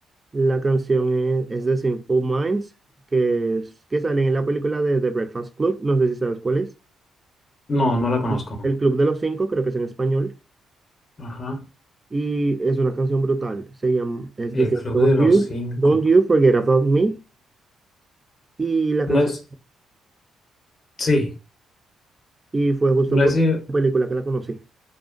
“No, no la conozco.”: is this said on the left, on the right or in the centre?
Left